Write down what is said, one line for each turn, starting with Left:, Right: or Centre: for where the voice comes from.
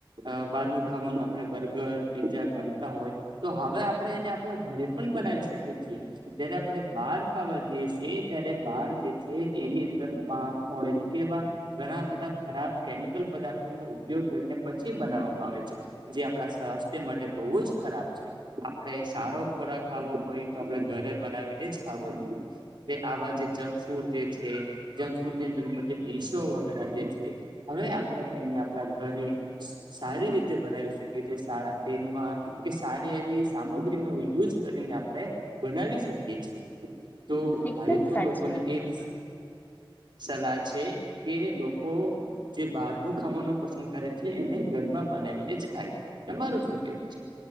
Right: આ બહારનું ખાવાનું. આપણે બર્ગર પીઝા ગમતા હોય તો હવે આપણે એને આપણા ઘરે પણ બનાવી શકીએ છીએ, જયારે આપણે બહાર ખાવા જઈએ છીએ, યે ત્યારે બાર જે છે, એની અંદર પામ ઓઈલ કેવા ઘણા બધા ખરાબ કેમિકલ પદાર્થ ઉપયોગ કરીને પછી બનાવવામાં આવે છે, જે આપણા સ્વાસ્થ્ય માટે બહુ જ ખરાબ છે, આપણે સારો ખોરાક ખાવો હોય તો આપણે ઘરે બનાવીને જ ખાવો જોઈએ, તે આવા જે જંક ફૂડ જે છે, જંક ફૂડ ની અંદર <unintelligible> વગેરે જે છે, હવે આપણે એને આપણા ઘરે સા સારી રીતે બનાવી શકીએ, છીએ સારા તેલમાં કે સારી એવી સામગ્રીના યુઝ કરીને આપણે બનાવી શકીએ છીએ. તો
Left: એકદમ
Right: મારે તો
Left: સાચી
Right: લોકોને
Left: વાત
Right: એજ
Left: કરી
Right: સલાહ છે, કે લોકો જે બાર નું ખાવાનું પસંદ કરે છે, એને ઘરમાં બનાવીને જ ખાય તમાર શું કેવું છે.